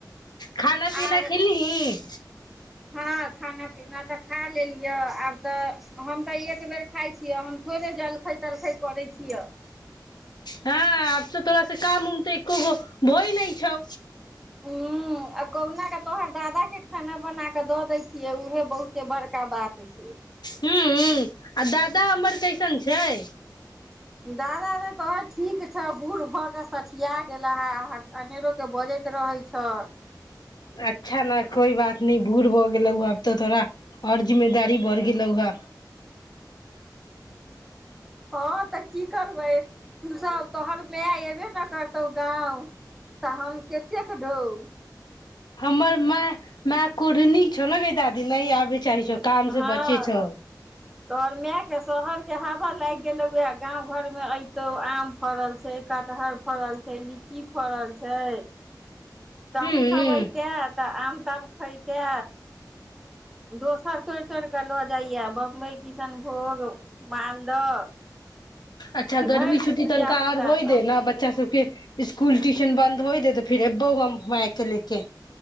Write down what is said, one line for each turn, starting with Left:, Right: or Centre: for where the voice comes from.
Left: खाना पीना
Centre: आर
Left: खेलही
Centre: हँ खाना पीना तऽ खा लेलियै आब तऽ हम तऽ एक बेर खाइ छियै हम थोड़े जलखै तलखै करै छियै
Left: हँ अब तऽ थोड़ा से काम उम तऽ एको भो ही न छ
Centre: हूँ आब कहुना कऽ तोहर दादा के खाना बना क द दै छियै उऊहे बहुत बड़का बात छै
Left: ह्म आ दादा हमर कैइसन छै
Centre: दादा र तो ठीक छौ बूढ़ भऽ कऽ सखिया गेला हे अनेरोके बजैत रहै छौ
Left: अच्छा ने कोई बात न बूढ़ भ गेलौ आब तऽ थोड़ा आओर जिम्मेदारी बढ़ गेलौ ह
Centre: हँ तऽ की करबै तूसभ तोहर माय अयबे ने करतौ गाँव तऽ हम कतेक ढोउ
Left: हमर मा माय कोढ़नी छौ ने दादी न आबै चाहै छौ काम से
Centre: हँ
Left: बचे छौ
Centre: तोहर मायके शोहरके हवा लागि गेलौ उएह गाँव घरमे अयतौ आम फड़ल छै कटहर फड़ल छै लीची फड़ल छै तहूँ
Left: हूँ
Centre: सब ऐते तऽ आम तब खयइते दोसर तोड़ि तोड़ि कऽ लऽ जाइए बम्बइ किशनभोग मालदह
Left: अच्छा
Centre: कि भरि
Left: गर्मी
Centre: दिन
Left: छुट्टी
Centre: धिया
Left: तनिक आर
Centre: पुता
Left: होय
Centre: सब
Left: दे ने बच्चा सब फिर स्सकुल ट्यूशन बन्द होइ दे तऽ फिर एबौ हम मैायके ले के